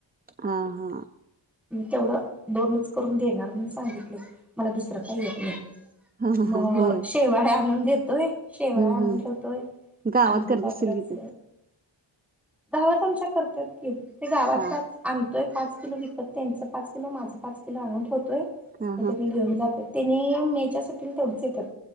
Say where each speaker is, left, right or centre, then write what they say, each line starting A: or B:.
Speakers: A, on the right; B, in the centre.
A: हा, हा.
B: केवढं दोनच करून देणार म्हणून सांगितलय. मला दुसरं काय येत नाइ
A: हा हा
B: म
A: हा होय
B: शेवाळ्या आणून दे त शेवाळा
A: हम्म
B: आणून
A: हम्म
B: ठेवतोय
A: गावात
B: अंडी
A: करत
B: पापडाच
A: असतील कि ते
B: गावात आमच्या करत्यात की. ते गावाताच
A: हा
B: आण तोय पाच किलो घेत्यात, त्यांच पाच किलो माझं पाच किलो आणून ठे व य
A: हा हा
B: त्यांनी घेऊन जातेत. तेनी मेच्या सुटींला तेवढच येत्यात.